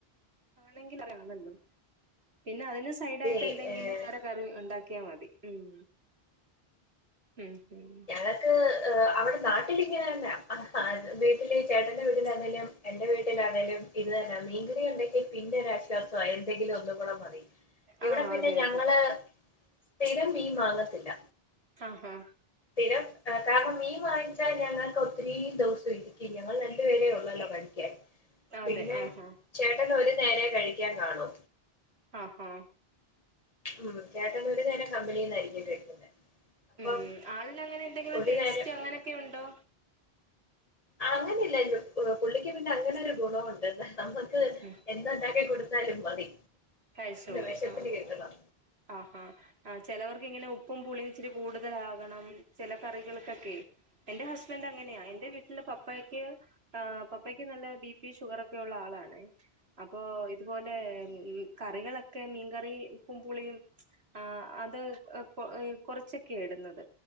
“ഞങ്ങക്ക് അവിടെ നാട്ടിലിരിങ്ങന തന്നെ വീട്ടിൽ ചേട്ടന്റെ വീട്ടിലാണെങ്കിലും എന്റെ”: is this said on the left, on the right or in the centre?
Left